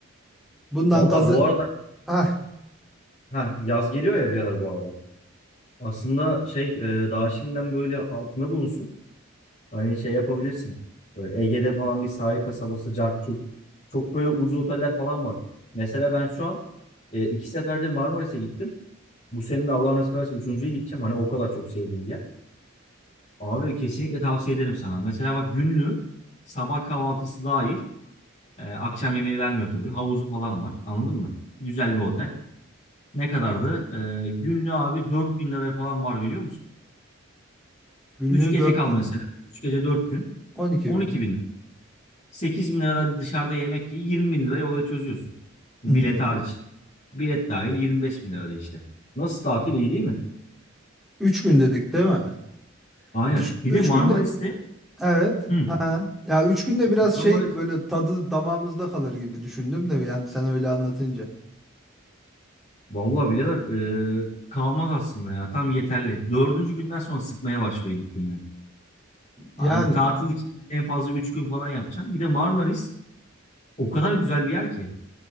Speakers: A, in the centre; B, on the left.
A: Bundan
B: Valla
A: gazı...
B: bu arada
A: Ah
B: ha, yaz geliyor ya birader bu arada. Aslında şey e, daha şimdiden böyle aklında bulunsun. Hani şey yapabilirsin. Böyle Ege'de falan bir sahil kasabası, Carçuk. Çok böyle ucuz oteller falan var. Mesela ben şu an e, iki seferdir Marmaris'e gittim. Bu senin de Allah nasip ederse üçüncüye gideceğim. Hani o kadar çok sevdiğim bir yer. Abi kesinlikle tavsiye ederim sana. Mesela bak günlü sabah kahvaltısı dahil e, akşam yemeği vermiyor tabii. Havuzu falan var. Anladın mı? Güzel bir otel. Ne kadardı? E, günlü abi 4000 liraya falan var biliyor musun?
A: günlüğü
B: 3 gece
A: dört
B: kal
A: bin
B: mesela.
A: lira.
B: üç gece dört gün.
A: on iki
B: on
A: bin
B: iki
A: lira.
B: bin 8 bin lirada dışarıda yemek ye 20 bin lirayı olaya çözüyorsun. Bilet
A: Hmm.
B: hariç. Bilet dahil 25 bin lirada işte. Nasıl tatil iyi değil mi?
A: Üç gün dedik değil mi?
B: Aynen.
A: Üç,
B: Bir
A: üç
B: de Marmaris'te
A: günde evet.
B: hı,
A: Ha. Ya üç günde biraz
B: Marmaris
A: şey böyle tadı damağımızda kalır gibi düşündüm de yani sen öyle anlatınca.
B: vallahi bileler e, kalmaz aslında ya. Tam yeterli. Dördüncü günden sonra sıkmaya başlıyor gittiğini.
A: Yani
B: Hani tatil için en fazla 3 gün falan yapacaksın. Bir de Marmaris o kadar güzel bir yer ki.